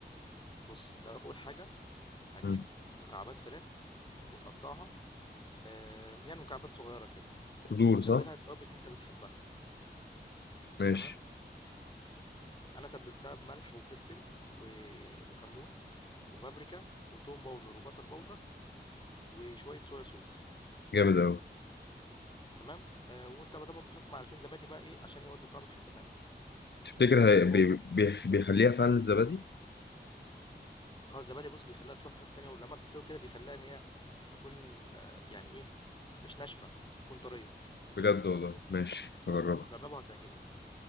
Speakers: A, on the left; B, on the left.
A: بص انت اول حاجه هتجيب
B: مم.
A: مكعبات فراخ وتقطعها آآ، يعني مكعبات صغيرة كده،
B: صدور
A: وتتبّلها
B: صح
A: التوابل اللي أنت بتحبها،
B: ماشي
A: تمام، أنا تبّلتها بملح وفلفل و وكمون وبابريكا وتوم باودر وبصل باودر وشوية صويا صوص،
B: جامد قوي
A: تمام، آآ، وأنت بقى طبعًا بتحط معلقتين زبادي بقى إيه، عشان يودّوا الطعم في حتّة تانية،
B: تفتكر
A: تسيبهم
B: هي بي... بي... بيخليها فعلا الزبادي
A: آه، الزبادي بُص بيخلّيها تروح في حتّة تانية، ولمّا بتتسوي كده بيخلّيها إن هي تكون آه، يعني إيه، مش ناشفة، تكون طرية،
B: بجد والله ماشي هجربها
A: جرّبها هتعجبك،